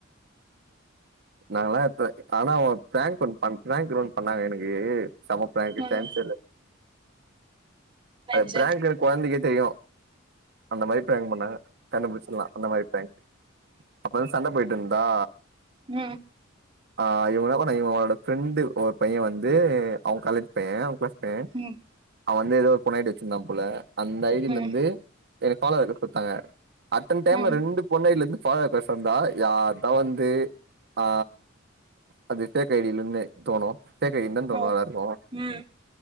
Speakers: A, on the right; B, on the right.
A: நாங்கலா <unintelligible> ஆனா ஒரு பிராங்க் பன்ட்டாங்க ப்ராங்க் ர ஒன் பண்ணாங்க எனக்கு செம பிரான்க்கு
B: ம்
A: சான்ஸ் சே இல்ல
B: ஆச்சே
A: அது பிராங்க்னு குழந்தைக்கே தெரியு அந்த மாரி பிராங் பண்ணாங்க கண்டுபிடிச்சுர்லா அந்த மாரி பிராங் அப்பதா சண்ட போயிட்டு இருந்தா
B: உ
A: ஆ இவ்ளோ நேரோ நா இவ இவனோட ஃப்ரெண்டு ஒரு பையே வந்து அவ காலேஜ் பைய அவ கிளாஸ் உ
B: ம்
A: அவ வந்து ஏதோ பொண்டாட்டி வச்சிருந்தா போல அந்த ஐ டில
B: ம்
A: இருந்து எனக்கு ஃபாலோ வேற கொடுத்தாங்க அத்தன டைம்ல
B: ம்
A: ரெண்டு பொண் ஐ டி ல இருந்து ஃபாலோ ரெக்யஸ்ட் வந்தா யார் தா வந்து ஆ அது ஃபேக் ஐ டிலனு தோனு ஃபேக் ஐ டினு தான தோணு
B: ம்
A: எல்லாருக்கு
B: ம்